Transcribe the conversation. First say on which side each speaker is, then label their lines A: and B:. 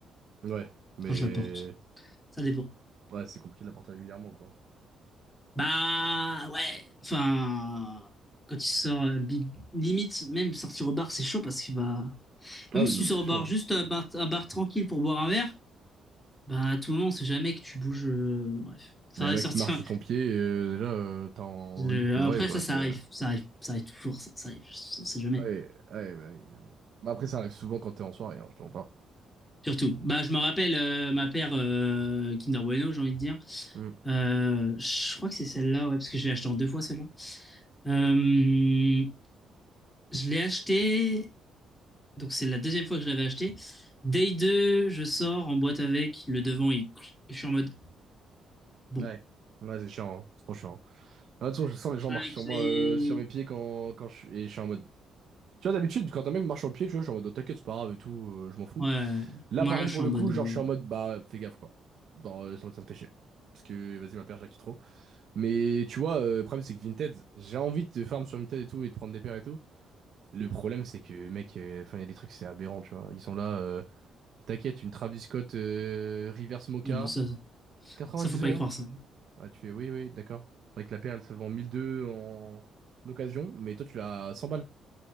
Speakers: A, on the right (about 60°); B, on the left (about 15°).
A: Ouais, mais,
B: Enfin, je la porte. Ça dépend.
A: ouais, c'est compliqué de la porter régulièrement, quoi.
B: Bah ouais, enfin, quand tu sors, euh, bi- limite, même sortir au bar, c'est chaud parce que bah, même
A: Ah oui,
B: si
A: non,
B: tu sors
A: mais c'est
B: au bar,
A: sûr. hein.
B: juste un bar, un bar tranquille pour boire un verre, bah à tout moment, on sait jamais que tu bouges. euh, bref, ça
A: Mais
B: va
A: y a un mec
B: sortir.
A: qui marche sur ton pied, et euh, déjà, euh, t'as envie
B: euh,
A: de pleurer,
B: après,
A: quoi.
B: ça, ça
A: C'est...
B: arrive, ça arrive, ça arrive toujours, ça, ça arrive, on sait jamais.
A: Ouais, ouais, bah, oui, mais bon. Bah, après, ça arrive souvent quand t'es en soirée, hein, je te mens pas.
B: Surtout, bah je me rappelle euh, ma paire euh, Kinder Bueno, j'ai envie de dire.
A: Mm.
B: Euh, je crois que c'est celle-là, ouais, parce que je l'ai acheté en deux fois celle-là. Euh, je l'ai acheté. Donc c'est la deuxième fois que je l'avais acheté. Day 2, je sors en boîte avec. Le devant, il... je suis en mode bon.
A: Ouais. Ouais, c'est chiant, hein. C'est trop chiant. hein. Ah, de toute façon, je sens les gens
B: Pareil
A: marchent sur
B: je
A: moi,
B: l'ai-
A: euh, sur mes pieds quand, quand je suis... Et je suis en mode... Tu vois, d'habitude, quand un mec marche sur le pied, tu vois, je suis en mode, oh, t'inquiète, c'est pas grave et tout, euh, je m'en fous.
B: Ouais.
A: Là,
B: Moi
A: par
B: là,
A: contre,
B: je
A: pour
B: suis en
A: le
B: mode
A: coup,
B: euh,
A: genre, je suis en mode, bah, fais gaffe, quoi. Genre, euh, ça me ça me fait chier. Parce que, vas-y, ma paire, je la quitte trop. Mais, tu vois, euh, le problème, c'est que Vinted, j'ai envie de te farm sur Vinted et tout, et de prendre des paires et tout. Le problème, c'est que, mec, euh, enfin, il y a des trucs, c'est aberrant, tu vois. Ils sont là, euh, t'inquiète, une Travis Scott euh, Reverse Mocha,
B: non, mais ça,
A: 90
B: ça faut pas
A: euros.
B: y croire ça.
A: Ah, tu fais, oui, oui, d'accord. Enfin, Avec la paire, elle se vend 1002 en occasion, mais toi, tu l'as à 100 balles.